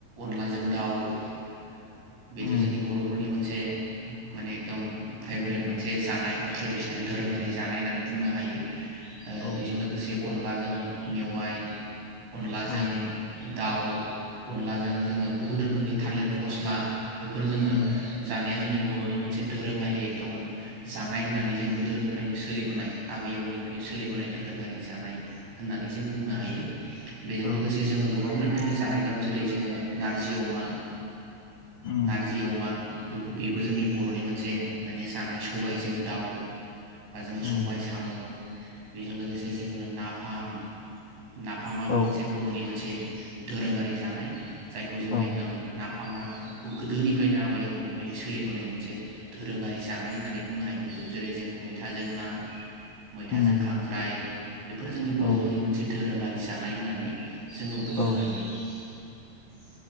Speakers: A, on the right; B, on the left.
A: अनलाजों दाउ <unintelligible> बेथ'
B: उम
A: जोंनि बर'फोरनि मोनसे माने एकदम फेभरेट मोनसे जानाय बा ट्रेडिसनेल दोरोङारि जानाय होननानै बुंनो हायो ओ
B: औ
A: बिजों लोगोसे अनलाजों मेवाइ अनलाजों
B: औ
A: हो दाउ अनलाजों जोङो बुहुत रो फोरनि थालिर फस्ला बेफोर जोङो
B: उम
A: जानाया जोंनि बर'नि मोनसे दोरोङारि एकदम जानाय होननानै जों गोदोनिफ्रायनो सोलिबोनाय आबै आबौनिफ्रायनो सोलिबोनाय दोरोङारि जानाय होननानै जों बुंनो हायो। बेजों
B: औ
A: लोगोसे जोङो गोबां रोख फोरनि जानाय दं जेरै जोङो नारजि अमा
B: उम
A: नारजि अमा बेफो बेबो जोंनि बर'नि मोनसे माने जानाय सबायजों दाउ बा जोङो
B: उम
A: सबाय साम' बेजों लोगोसे जोङो नाफाम नाफामाबो
B: औ
A: मोनसे बर'नि मोनसे दोरोङारि जानाय जायखौ जों
B: औ
A: एकदम नाफामा बो गोदोनिफ्रायनो आबै आबौनिफ्रायनो सोलिबोनाय मोनसे दोरोङारि जानाय होननानै बुंनो हायो बेखौ जेरै जों मैथाजों ना मैथाजों
B: उम
A: खांख्राइ बेफोर जोंनि बर'फोरनि
B: औ
A: मोनसे दोरोङारि जानाय होननानै जोङो बुंनो
B: औ
A: हायो।